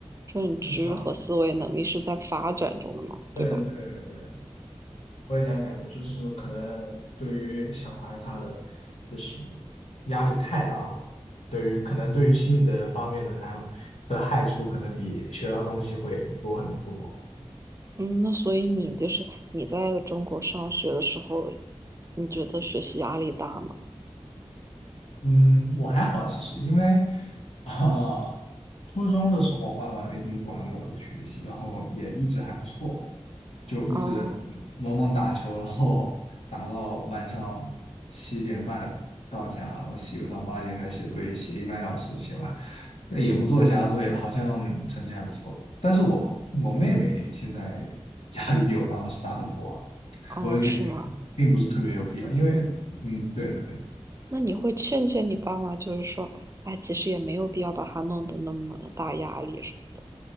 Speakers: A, on the right (about 30°); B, on the left (about 75°).
A: 认知和思维能力是在发展中的嘛，
B: 智商，对的，
A: 对吧？
B: 对的，对的，我也这样感觉，就是可能对于小孩儿他的就是压力太大了，对于可能对于心理的方面的还有的害处，可能比学到东西会多很多。
A: 嗯，那所以你就是你在中国上学的时候，你觉得学习压力大吗？
B: 嗯，我还好其实，因为啊、初中的时候爸爸没怎么管我的学习，然后也一直还不错，就一直
A: 哦
B: 猛猛打球，然后打到晚上七点半到家，然后洗个澡，八点开始写作业，写一个半小时写完，但也不做其他作业，好像成绩还不错。但是我我妹妹现在 <laughs> 压力比我当时大很多啊
A: 哦，
B: 我就感觉并不是特别有必要，
A: 是吗？
B: 因为嗯，对的对的。
A: 那你会劝劝你爸妈，就是说，哎，其实也没有必要把他弄得那么大压力，是吗